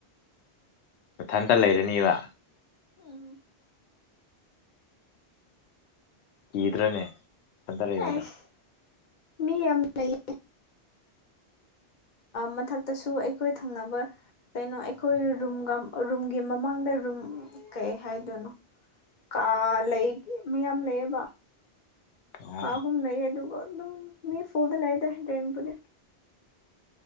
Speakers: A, on the left; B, on the left.
A: ꯃꯊꯟꯇ ꯂꯩꯔꯅꯤꯕ
B: <unintelligible>
A: ꯀꯤꯗ꯭ꯔꯅꯦ ꯃꯊꯟꯇ ꯂꯩꯕꯗꯣ
B: ꯑꯦꯁ ꯃꯤ ꯌꯥꯝ ꯂꯩ ꯃꯊꯛꯇꯁꯨ ꯑꯩꯈꯣꯏ ꯊꯪꯅꯕ ꯀꯩꯅꯣ ꯑꯩꯈꯣꯏ ꯔꯨꯝꯒ ꯔꯨꯝꯒꯤ ꯃꯃꯥꯡꯗ ꯔꯨꯝ ꯀꯩ ꯍꯥꯏꯗꯣꯏꯅꯣ ꯀ ꯂꯩꯒꯦ ꯃꯌꯥꯝ ꯂꯩꯌꯦꯕ
A: ꯑꯣ
B: ꯀꯥꯍꯨꯝ ꯅꯌꯦ ꯑꯗꯨꯒꯣ ꯑꯗꯨꯝ ꯃꯤ ꯐꯨꯜꯗ ꯂꯩꯗ ꯇꯥꯏꯝꯄ